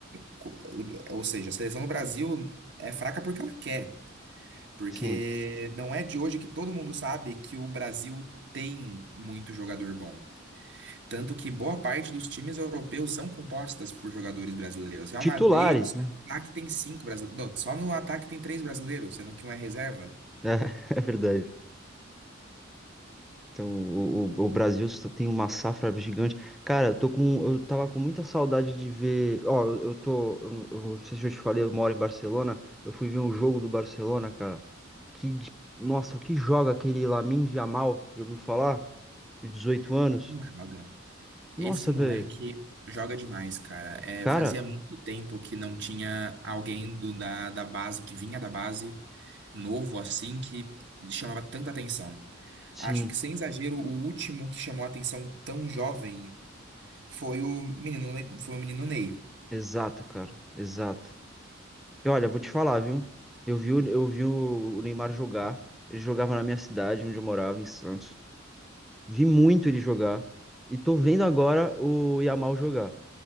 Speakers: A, on the right; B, in the centre.
A: Co- Ou seja, a seleção do Brasil é fraca porque ela quer. Porque
B: sim.
A: não é de hoje que todo mundo sabe que o Brasil tem muito jogador bom. Tanto que boa parte dos times europeus são compostas por jogadores brasileiros. Real
B: Titulares,
A: Madrid, só
B: né?
A: no ataque tem cinco brasileiros. Não, só no ataque tem três brasileiros, sendo que um é reserva.
B: É, <laughs> é verdade. Então, o, o, o Brasil só tem uma safra gigante. Cara, eu tô com, eu tava com muita saudade de ver. Ó, eu, eu tô. Eu, não eu não sei se eu te falei, eu moro em Barcelona. Eu fui ver um jogo do Barcelona, cara. Que, de- nossa, o que joga aquele Lamine Yamal? Já ouviu falar? De 18 anos.
A: Como joga?
B: Nossa,
A: Esse moleque
B: velho.
A: joga demais, cara. É,
B: Cara,
A: fazia muito tempo que não tinha alguém do- da, da base, que vinha da base, novo assim, que chamava tanta atenção.
B: sim,
A: Acho que, sem exagero, o último que chamou atenção tão jovem foi o menino, Le- foi o menino Ney.
B: exato, cara, exato. E olha, vou te falar, viu? Eu vi, o- eu vi o o Neymar jogar. Ele jogava na minha cidade, onde eu morava, em Santos. Vi muito ele jogar e tô vendo agora o Yamal jogar.